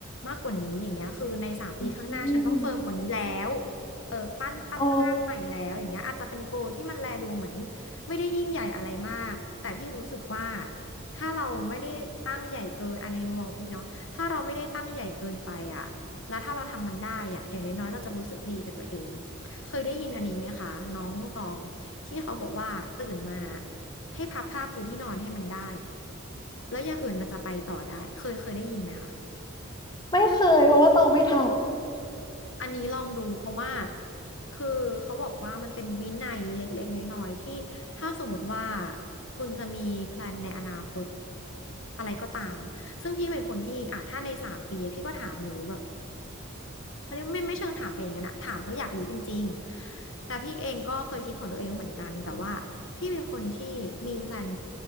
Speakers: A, on the left; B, on the left.
A: มากกว่านี้อย่างเงี้ยคือในสามปีข้างหน้าฉันต้องเฟิร์มกว่านี้แล้ว
B: อืม
A: เออปั้นปั้นร่างใหม่แล้วอย่างเงี้ยอาจจะเป็นโกลที่มันแลดูเหมือน
B: โอ้
A: ไม่ได้ยิ่งใหญ่อะไรมากแต่พี่รู้สึกว่าถ้าเราไม่ได้ตั้งใหญ่เกินอันในมุมมองพี่เนาะถ้าเราไม่ได้ตั้งใหญ่เกินไปอ่ะแล้วถ้าเราทำมันได้อ่ะอย่างน้อยๆเราจะรู้สึกดีกับตัวเอง เคยได้ยินอันนี้ไหมคะน้องตองที่เขาบอกว่าตื่นมาให้พับผ้าปูที่นอนให้มันได้แล้วอย่างอื่นมันจะไปต่อได้เคยเคยได้ยินไหมคะ
B: ไม่เคยเพราะว่าตองไม่ท
A: อันนี้ลองดูเพราะว่าคือเขาบอกว่ามันเป็นวินัยเล็กๆน้อยๆที่ถ้าสมมติว่าคุณจะมีแพลนในอนาคตอะไรก็ตามซึ่งพี่เป็นคนที่อ่ะถ้าในสามปีพี่ก็ถามหนูแบบ เขาเรียกไม่ไม่เชิงถามไปอย่างนั้นอะถามเพราะอยากรู้จริงๆแต่พี่เองก็เคยคิดของตัวเองเหมือนกันแต่ว่าพี่เป็นคนที่มีแพลน